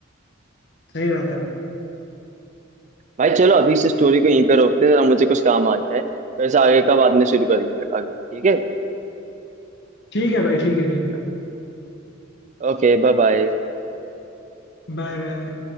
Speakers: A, on the left; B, on the right.
A: सही बात है भाई
B: भाई चलो अभी इस स्टोरी को यहीं पे रोकते हैं जरा मुझे कुछ काम आ गया है तो ऐसा आगे का बाद में शुरू करेंगे आगे का, ठीक है
A: ठीक है भाई ठीक है ठीक है
B: Okay bye bye
A: Bye bye